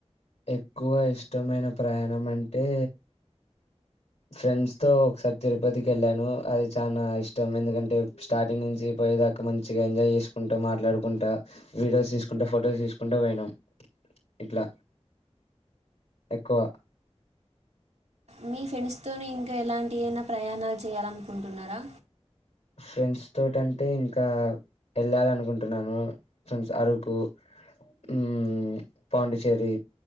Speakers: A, on the left; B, on the right.
A: ఎక్కువ ఇష్టమైన ప్రయాణం అంటే ఫ్రెండ్స్తో ఒకసారి తిరుపతికెళ్ళాను అది చాన ఇష్టం ఎందుకంటే స్టార్టింగ్ నుంచి పోయే ద లెక్క మంచిగా ఎంజాయ్ చేకుంట మాట్లాడుకుంట వీడియోస్ తీసుకుంట ఫొటోస్ తీసుకుంట పొయినం ఇట్ల ఎక్కువ
B: మీ ఫ్రెండ్స్తోనే ఇంకా ఎలాంటి అయినా ప్రయాణాలు చేయాలనుకుంటున్నారా
A: ఫ్రెండ్స్ తోటంటే ఇంకా ఎళ్ళాలనుకుంటున్నాను ఫ్రెండ్స్ అరుకు ఉమ్ పాండుచెర్రీ